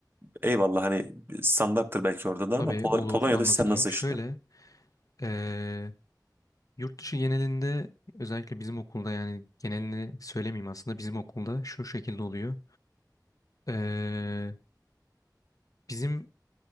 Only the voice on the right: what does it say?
Eyvallah hani standarttır belki orada da
ama Pol-
Polonya'da
sistem nasıl işliyor?